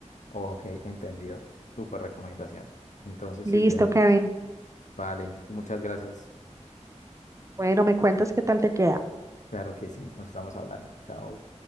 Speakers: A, on the left; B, on the right.
A: Ok, entendido. Súper recomendación. Entonces,
B: Listo,
A: Silvia,
B: Kevin.
A: Vale, muchas gracias.
B: Bueno, me cuentas qué tal te queda.
A: Claro que sí, nos estamos hablando. Chao.